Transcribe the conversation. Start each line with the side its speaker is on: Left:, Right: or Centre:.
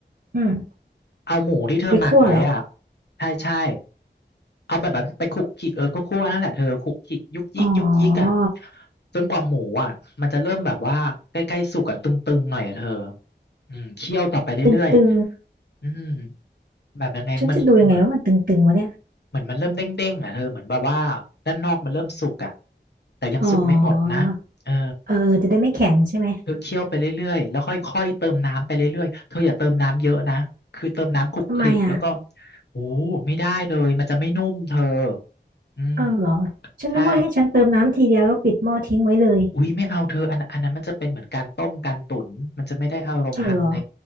Right: อืม
Left: เอาหมูที่เธอหมักไว้อ่ะ
Right: ไปคั่วเหรอ
Left: ใช่ใช่เอาแบบแบบไปคลุกคลิกเออก็คั่วนั่นแหละเธอคลุกคลิกยุกยิกยุกยิกอ่ะ
Right: อ๋อ
Left: จนกว่าหมูอ่ะมันจะเริ่มแบบว่าใกล้ๆสุกอ่ะตึงๆหน่อยอ่ะเธออืมเคี่ยวต่อไปเรื่อย
Right: ตึง
Left: ๆอืมแบบยังไงมันเหมือน
Right: ๆ ฉันจะดูยังไงว่ามันตึงๆวะเนี่ย
Left: เหมือนมันเริ่มเด้งๆอ่ะเธอเหมือนแบบว่าด้านนอกมันเริ่มสุกอ่ะแต่ยังสุกไม่หมดนะเออ
Right: อ๋อ เออจะได้ไม่แข็งใช่ไหม
Left: เธอเคี่ยวไปเรื่อยๆ แล้วค่อยๆ เติมน้ำไปเรื่อยๆ เธออย่าเติมน้ำเยอะนะ คือเติมน้ำคลุกคลิกแล้วก็
Right: ทำไมอ่ะ
Left: โอ้ไม่ได้เลยมันจะไม่นุ่มเธออืม
Right: อ้าวเหรอ ฉันนึกว่าให้ฉันเติมน้ำทีเดียวแล้วปิดหม้อทิ้งไว้เลย
Left: ใช่ อุ้ยไม่เอาเธออันอันนั้นมันจะเป็นเหมือนการต้มการตุ๋นมันจะไม่ได้อารมณ์ฮังเล
Right: อ้าวเหรอ